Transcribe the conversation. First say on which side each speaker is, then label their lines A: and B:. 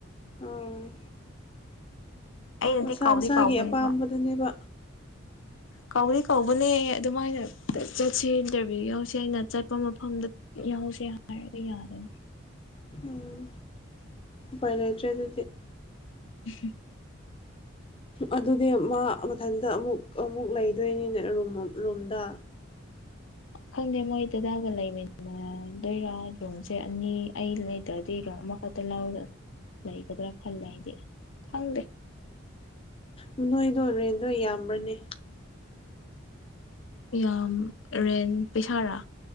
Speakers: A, on the left (about 25°); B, on the left (about 65°).
A: ꯑꯣ
B: ꯑꯩꯅꯗꯤ
A: ꯃꯁꯥ
B: ꯀꯧꯗꯤ
A: ꯃꯁꯥꯒꯤ
B: ꯀꯧꯕꯅꯦꯕ
A: ꯑꯄꯥꯝꯕꯗꯅꯦꯕ
B: ꯀꯧꯔꯤ ꯀꯧꯕꯅꯦ ꯑꯗꯨꯃꯥꯏꯅ ꯆꯠꯁꯤ ꯏꯟꯇꯔꯚꯤꯌꯨ ꯌꯥꯎꯁꯤ ꯑꯩꯅ ꯆꯠꯄ ꯃꯐꯝꯗ ꯌꯥꯎꯁꯦ ꯍꯥꯏꯔꯒ ꯌꯥꯗꯕ
A: ꯎꯝ ꯄꯅꯆꯦ ꯑꯗꯨ
B: ꯎꯝ
A: ꯑꯗꯨꯗꯤ ꯃꯥ ꯃꯊꯟꯇ ꯑꯃꯨꯛ ꯑꯃꯨꯛ ꯂꯩꯗꯣꯏꯅꯤꯅꯦ ꯔꯨꯝꯗ
B: ꯈꯪꯗꯦ ꯃꯣꯏ ꯑꯗꯨꯗꯥꯒ ꯂꯩꯃꯤꯅꯤꯅꯦ ꯂꯗꯣꯏꯔꯥ ꯔꯨꯝꯁꯦ ꯑꯅꯤ ꯑꯩ ꯂꯩꯇ꯭ꯔꯗꯤ ꯔꯨꯝ ꯑꯃꯈꯛꯇ ꯂꯧꯗ ꯂꯩꯒꯗ꯭ꯔꯥ ꯈꯜꯂꯦ ꯍꯥꯏꯗꯤ ꯈꯪ
A: ꯎꯝ ꯅꯣꯏꯗꯣ ꯔꯦꯟꯗꯣ ꯌꯥꯝꯕ꯭ꯔꯅꯦ
B: ꯌꯥꯝ ꯔꯦꯟ ꯄꯦꯁꯥꯔꯥ